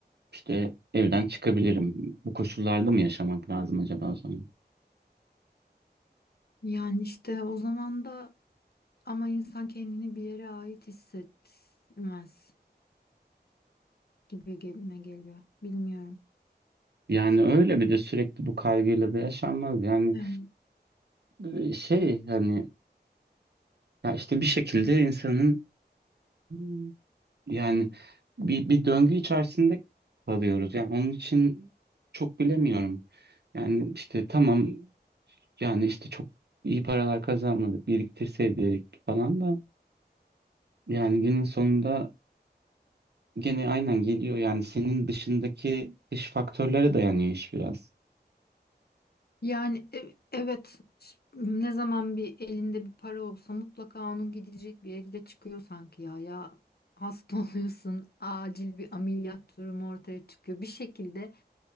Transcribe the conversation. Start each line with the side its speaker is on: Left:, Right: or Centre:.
Right: işte evden çıkabilirim. Bu koşullarda mı yaşamak lazım acaba o zaman?
Left: Yani işte o zaman da ama insan kendini bir yere ait hissetmez gibi gibime geliyor. Bilmiyorum.
Right: Yani öyle bir de sürekli bu kaygıyla da yaşanmaz. Yani
Left: Evet.
Right: e, şey hani ya işte bir şekilde insanın Hmm. yani bir, bir döngü içerisinde kalıyoruz. Yani onun için çok bilemiyorum. Yani işte tamam Yani işte çok iyi paralar kazanmadık, biriktirseydik falan da yani günün sonunda gene aynen geliyor. Yani senin dışındaki dış faktörlere dayanıyor iş biraz.
Left: Yani e- evet ş- ne zaman bir elinde bir para olsa mutlaka onun gidecek bir yeri de çıkıyor sanki ya. Ya hasta <laughs> oluyorsun acil bir ameliyat durumu ortaya çıkıyor. Bir şekilde